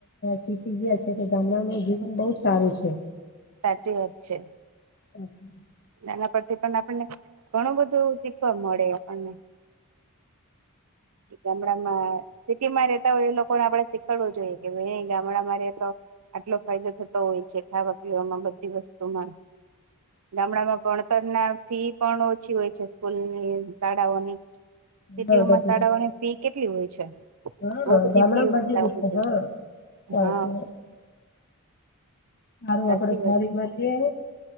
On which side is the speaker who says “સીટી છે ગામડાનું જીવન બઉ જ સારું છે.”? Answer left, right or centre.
Left